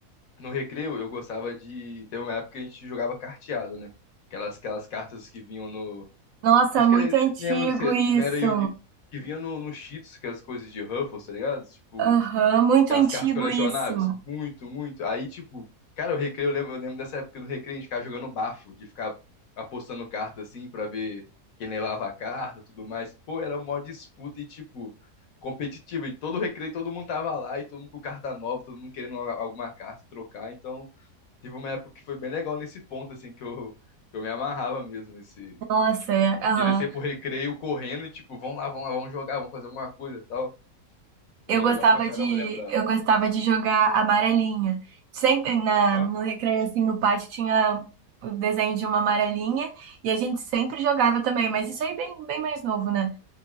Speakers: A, on the left; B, on the right.
A: no recreio eu gostava de... Teve uma época que a gente jogava carteado, né? Aquelas, aquelas cartas que vinham no
B: Nossa,
A: Acho
B: é muito
A: que era.
B: antigo
A: Lembro que você
B: isso.
A: não era Yu-Gi-Oh! Que vinha no, no Cheetos, que é as coisas de Ruffles, tá ligado? Tipo,
B: Aham, muito
A: aquelas
B: antigo
A: cartas colecionáveis.
B: isso.
A: Muito, muito. Aí, tipo, cara, o recreio, eu lembro, eu lembro dessa época do recreio, a gente ficava jogando bafo, de ficar apostando carta assim pra ver quem levava a carta tudo mais. Pô, era mó disputa e, tipo, competitiva. E todo recreio, todo mundo tava lá, e todo mundo com carta nova, todo mundo querendo uma- alguma carta trocar. Então. Teve uma época que foi bem legal nesse ponto, assim, que eu, que eu me amarrava mesmo, nesse,
B: Nossa,
A: tipo,
B: é,
A: de
B: aham.
A: descer pro recreio correndo, tipo, vamos lá, vamos lá, vamos jogar, vamos fazer alguma coisa e tal. Pô,
B: Eu
A: legal
B: gostava
A: pra caramba
B: de
A: lembrar.
B: eu gostava de jogar amarelinha. Sempre na
A: Ó?
B: no recreio assim no pátio tinha o desenho de uma amarelinha e a gente sempre jogava também, mas isso aí bem bem mais novo, né?